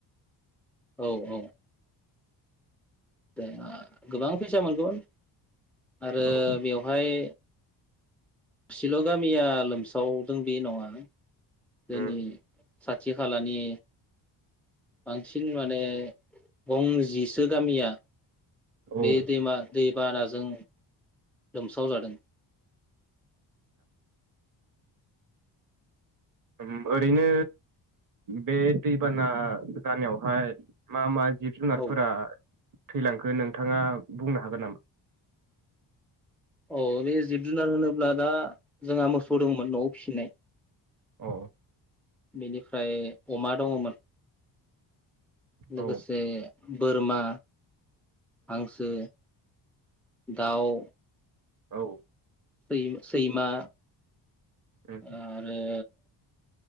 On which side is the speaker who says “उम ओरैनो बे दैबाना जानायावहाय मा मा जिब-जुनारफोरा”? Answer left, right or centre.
Right